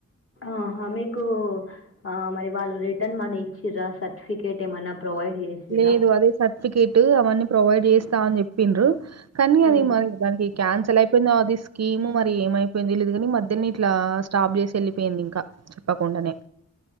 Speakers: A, on the left (about 45°); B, on the right (about 55°).
A: ఆహా మీకు ఆ మరి వాళ్ళు రిటర్న్ మనీ ఇచ్చిరా సర్టిఫికేట్ ఏమన్నా ప్రొవైడ్ చేసిర్రా
B: లేదు అదే సర్టిఫికేట్ అవన్నీ ప్రొవైడ్ జేస్తా అన్ జేప్పిండ్రు కానీ అది
A: ఉమ్.
B: మరి దానికి క్యాన్సల్ ఐపేయిందిో అది స్కీము మరి ఏమైపైయిందో దేలీదు గాని మర్ ద్దని ఇట్లా స్టాప్ చేసి ఏళ్ళిపేయింది ఇంకా చెప్పకుండానే